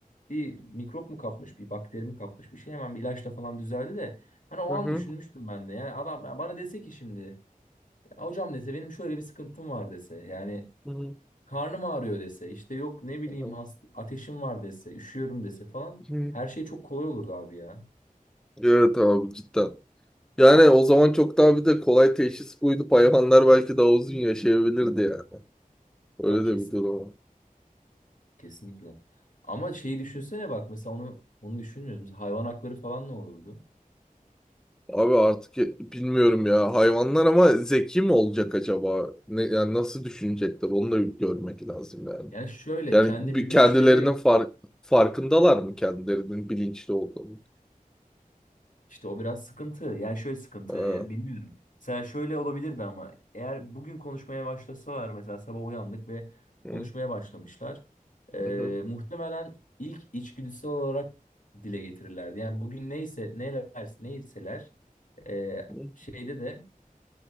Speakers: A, on the left; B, in the centre.
A: Bir mikrop mu kapmış bir bakteri mi kapmış bir şey hemen bir ilaçla falan düzeldi de. Hani o an
B: Hı hı.
A: düşünmüştüm ben de. Yani adam ya bana dese ki şimdi "Ya hocam dese benim şöyle bir sıkıntım var dese. Yani
B: Hı hı.
A: karnım ağrıyor dese, işte yok ne bileyim
B: Hı
A: hast ateşim var dese, üşüyorum dese falan
B: hı.
A: her şey çok kolay olurdu abi ya.
B: Evet abi cidden. Yani o zaman çok daha bir de kolay teşhis koyulup hayvanlar belki daha uzun yaşayabilirdi yani. Öyle
A: Ya kesin
B: de bir durum var.
A: kesinlikle. Ama şeyi düşünsene bak mesela onu onu düşünmüyoruz. Mesela hayvan hakları falan ne olurdu?
B: Abi artık e- bilmiyorum ya. Hayvanlar ama zeki mi olacak acaba? Ne, yani nasıl düşünecekler? Onu da bir görmek lazım yani.
A: Yani şöyle
B: Yani
A: kendi
B: bir
A: bilinçleri
B: kendilerinin fark, farkındalar mı kendilerinin bilinçli olduğunu?
A: İşte o biraz sıkıntı. Yani şöyle sıkıntı,
B: Ha.
A: e, bilmiyorum. Mesela şöyle olabilirdi ama eğer bugün konuşmaya başlasalar mesela sabah uyandık ve konuşmaya
B: Hı,
A: başlamışlar. E,
B: hı, hı,
A: muhtemelen ilk içgüdüsel olarak dile getirirlerdi. Yani bugün neyse neler neyseler e,
B: hı,
A: şeyde de